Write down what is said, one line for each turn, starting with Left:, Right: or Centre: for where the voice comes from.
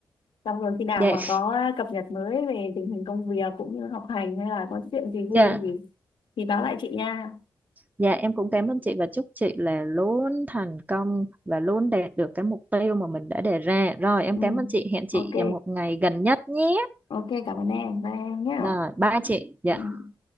Left: Xong rồi khi nào
Right: dạ
Left: mà có cập nhật mới về tình hình công việc cũng như học hành hay là có chuyện gì vui
Right: dạ
Left: thì thì báo lại chị nha.
Right: dạ em cũng cảm ơn chị và chúc chị là luôn thành công và luôn đạt được cái mục tiêu mà mình đã đề ra rồi em
Left: Ừ.
Right: cảm ơn chị hẹn chị
Left: Ok,
Right: vào một ngày gần nhất nhé
Left: ok cảm ơn em, bye em nhé.
Right: rồi bye chị dạ
Left: Ừ.